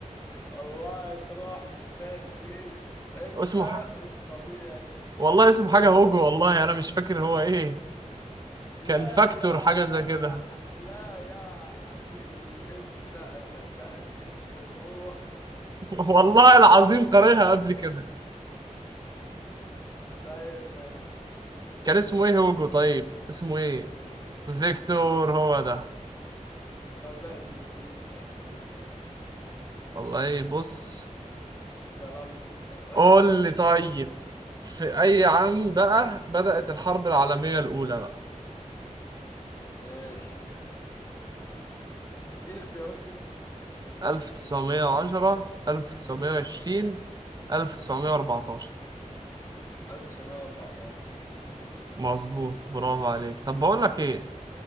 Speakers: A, on the left; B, on the right.
A: والله تروح تسري انت
B: اسمه ح...
A: مش طبيعي
B: والله اسمه حاجة هوجو والله أنا مش فاكر هو إيه
A: لا
B: كان فاكتور
A: يا
B: حاجة زي كده
A: ح... لا يا حبيبي انسى اصدقك انت تروح
B: <laughs> والله العظيم قارنها قبل كده
A: طيب ماشي لو
B: كان اسمه
A: كده
B: ايه
A: ماشي
B: هوجو طيب اسمه ايه
A: فيكتور هوجو
B: فيكتور
A: فيكتور هوجو
B: هو ده
A: طب ماشي اديني سؤال اديني سؤال
B: والله بص
A: ظلمتك ظلمتك
B: قول لي طيب في أي عام بقى بدأت الحرب العالمية الأولى بقى
A: <laughs> ماشي اديني اختيارات كده
B: 1910 1920 1914
A: 1914
B: مظبوط برافو عليك طب بقول لك ايه